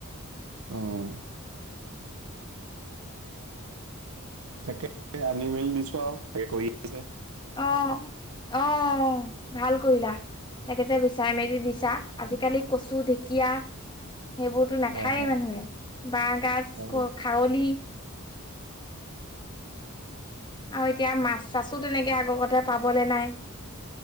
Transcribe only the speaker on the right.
আহ তাকে আনি মিল দিছো আছে
হয় হয়
হয় বাৰু